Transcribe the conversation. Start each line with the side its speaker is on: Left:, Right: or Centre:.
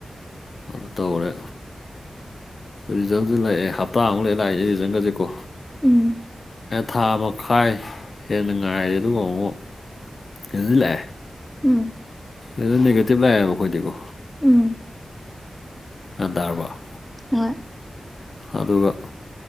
Left: ꯑꯗꯨ ꯇ ꯑꯣꯔ ꯔꯤꯖꯜꯗꯤ ꯂꯥꯛꯑꯦ ꯍꯞꯇꯥ ꯑꯃꯨꯛ ꯂꯩ ꯂꯥꯛꯏꯦ ꯔꯤꯖꯟꯒꯁꯤꯦꯀꯣ
Centre: ꯎꯝ
Left: ꯊꯥ ꯃꯈꯥꯏ ꯍꯦꯟꯅ ꯉꯥꯏꯔꯦ ꯑꯗꯨꯒ ꯑꯃꯨꯛ ꯑꯗꯨꯂꯦ
Centre: ꯎꯝ
Left: ꯑꯗꯨ ꯅꯦꯒꯦꯇꯤꯞ ꯂꯥꯛꯑꯦꯕ ꯑꯩꯈꯣꯏꯗꯤꯀꯣ
Centre: ꯎꯝ
Left: ꯑ ꯇꯔꯔꯕ
Centre: ꯍꯣꯏ
Left: ꯑꯗꯨꯒ